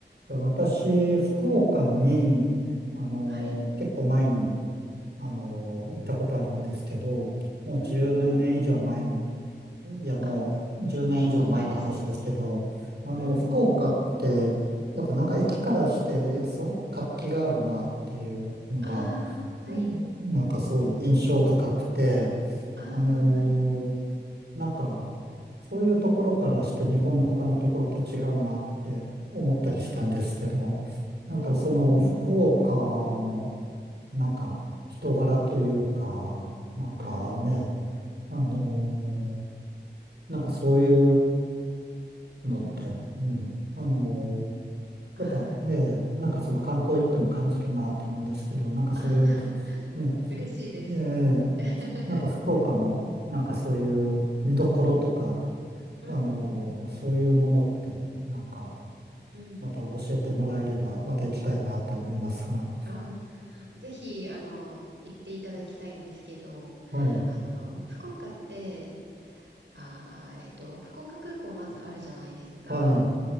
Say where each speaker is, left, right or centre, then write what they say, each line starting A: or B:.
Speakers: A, on the right (about 65°); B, on the right (about 85°).
A: 私、福岡に、あの、
B: はい。
A: 結構前に、あの、行ったことあるんですけど、もう10年以上前の、
B: うん、はい。
A: いや、もう1年以上前の話ですけど、
B: あ、結構前ですね。
A: あの、
B: うん。
A: 福岡って、やっぱなんか駅からしてすごく活気があるなっていうのが、
B: ああ、
A: うんなんかすごい印象深くて、
B: はい。あーあー、
A: あの
B: はい。
A: なんか、そういうところからして日本の他のところと違うなって思ったりしたんですけど、なんかその福岡の、
B: おー。
A: なんか人柄というか、なんかね、
B: うん。
A: あのーなんかそういうのって、
B: うんうん。
A: うん、あのー
B: はーい。
A: やっぱ、ええ、なんかその観光行っても感じるなと思うんですけど、なんかそういう、
B: ああ、<laughs>
A: ね、ふ
B: 嬉しいです。
A: ええ、
B: <laughs>
A: なんか福岡の、なんかそういう見どころとか、
B: うん。うん、
A: あの、
B: うん、うん。
A: そういうものって、なんか、
B: うん。
A: また教えてもらえれば、また行きたいなと思いますが。
B: ああ、ぜひ、あの、行っていただきたいんですけど、
A: はい。
B: あの、福岡って、ああ、えっと、福岡空港まずあるじゃないですか。
A: はい。